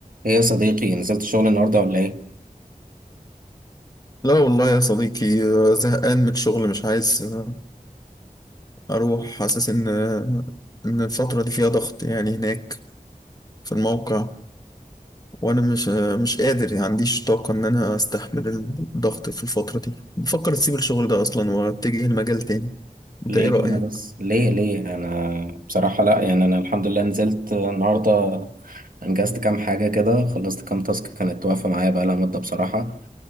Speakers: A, on the right; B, on the left.
A: ايه يا صديقي نزلت الشغل النهارده ولا ايه؟
B: لا والله يا صديقي آه، زهقان من الشغل مش عايز آه، أروح حاسس إن آه، إن الفترة دي فيها ضغط يعني هناك في الموقع وأنا مش آه، مش قادر يعني عنديش طاقة إن أنا أستحمل الضغط في الفترة دي بفكر أسيب الشغل ده أصلا وأتجه لمجال تاني أنت
A: ليه
B: إيه رأيك؟
A: كده بس؟ ليه ليه؟ انا بصراحة لا يعني انا الحمد لله نزلت النهارده انجزت كام حاجة كده خلصت كام تاسك كانت واقفة معايا بقالها مدة بصراحة